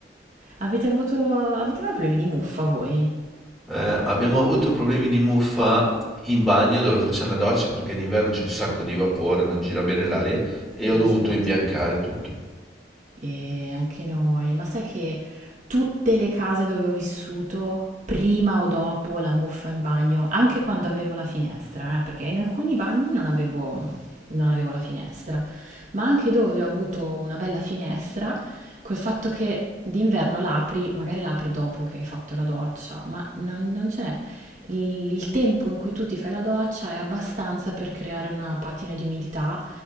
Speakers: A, on the right (about 45°); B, in the centre.
A: Avete avuto... Avete mai problemi di muffa voi?
B: Eh, abbiamo avuto problemi di muffa in bagno dove facciamo la doccia perché d'inverno c'è un sacco di vapore, non gira bene l'aria, e
A: Eh,
B: ho dovuto
A: certo.
B: imbiancare tutto.
A: E anche noi, ma sai che tutte le case dove ho vissuto, prima o dopo la muffa in bagno, anche quando avevo la finestra, eh, perché in alcuni bagni non avevo, non avevo la finestra, ma anche dove ho avuto una bella finestra, col fatto che d'inverno l'apri, magari l'apri dopo che hai fatto la doccia, ma non, non ce n'è. Il, il tempo in cui tu ti fai la doccia è abbastanza per creare una patina di umidità